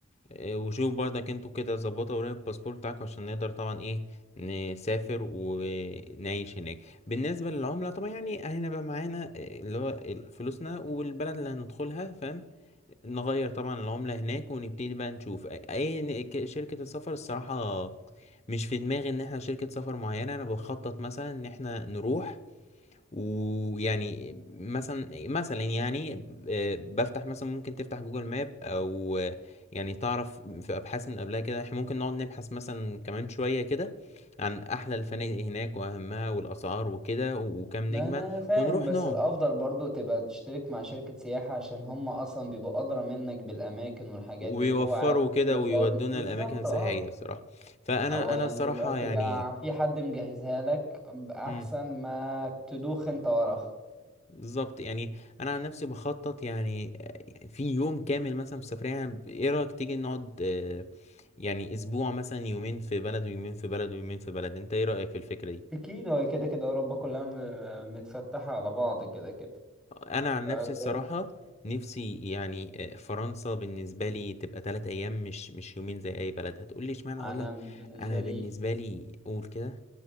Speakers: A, on the left; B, in the centre.
A: إيه، وشوف برضك انتوا كده ظبطوا ورق الباسبور بتاعكم عشان نقدر طبعا ايه نسافر ونعيش هناك بالنسبة للعملة طبعا يعني هنبقى معانا إيه، اللي هو ال- فلوسنا والبلد اللي هندخلها فاهم نغير طبعا العملة هناك ونبتدي بقى نشوف آه، اي ن- ك- شركة السفر الصراحة مش في دماغي ان احنا شركة سفر معينة انا بخطط مثلا ان احنا نروح ويعني مثلا مثلا يعني آه، بفتح مثلا ممكن تفتح جوجل ماب او آه، يعني تعرف في ابحاث من قبلها كده احنا ممكن نقعد نبحث مثلا كمان شوية كده عن احلى الفنادق هناك واهمها والاسعار وكده وكام
B: ما
A: نجمة
B: انا فاهم
A: ونروح
B: بس
A: نقعد
B: الافضل برضو تبقى تشترك مع شركة سياحة عشان هم اصلا بيبقوا ادرى منك بالاماكن والحاجات
A: ويوفروا
B: دي وهو عارف
A: كده
B: ايه اللي
A: ويودونا
B: فاضي بالظبط
A: الاماكن السياحية
B: اه
A: بصراحة فانا
B: هو
A: انا
B: يعني
A: الصراحة
B: يبقى تبقى
A: يعني
B: في حد مجهزها لك احسن
A: مم.
B: ما تدوخ انت وراها
A: بالظبط يعني انا عن نفسي بخطط يعني آه، في يوم كامل مثلا في سفرية يعني ب- ايه رأيك تيجي نقعد آه، يعني اسبوع مثلا يومين في بلد ويومين في بلد ويومين في بلد انت ايه رأيك في الفكرة دي
B: اكيد هو كده كده اوروبا كلها م- متفتحة على بعض كده كده
A: انا عن
B: فده
A: نفسي الصراحة نفسي يعني آه، فرنسا بالنسبة لي تبقى تلات ايام مش مش يومين زي اي بلد هتقولي اشمعنى
B: انا
A: اقول لك
B: بالنسبة
A: انا
B: لي
A: بالنسبة لي قول كده